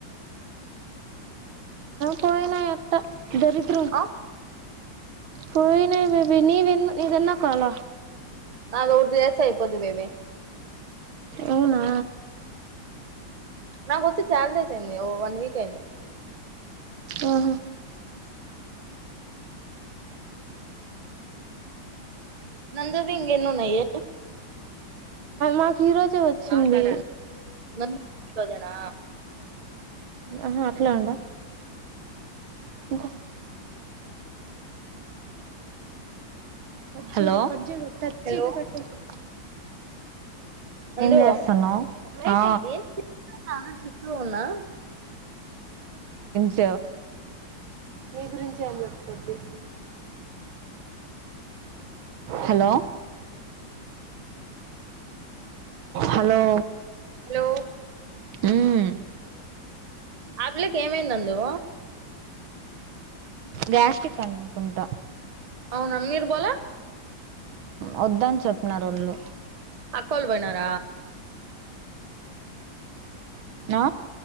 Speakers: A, on the right (about 85°); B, on the right (about 25°).
A: పోయినాయి అట్ట దరిద్రం
B: ఆ
A: హొయినయ్ బేబీ నీదెన్ ఇదెన్న కాల
B: అదొటి చేస్తే అయిపోద్ది బేబీ
A: అవునా
B: నాకొచ్చి చాల్ డేస్ అయింది ఓ వన్ వీక్ అయింది
A: ఊహు
B: నందువి ఇంగెన్నున్నాయి
A: మాకు ఈ రోజే వచ్చింది
B: నందు ఈ రోజేనా
A: అహా అట్లా ఉండా ఇంకా హలో టచ్
B: హలో
A: అయితే కట్టైపో
B: నందు
A: చేస్తున్నావు ఆ,
B: ఏం చూస్తూ ఉన్నా
A: మీ గురించే అని చెప్పు బెబి
B: అ
A: హలో హలో
B: హలో
A: మ్మ్,
B: ఆ పిల్లకి ఏమైంది నందు
A: గ్యాస్టిక్ అనుకుంటా
B: అవునా మీరు బోల
A: వద్దని చెప్నరు ఒళ్ళు
B: అక్కోలు బొయినార
A: నా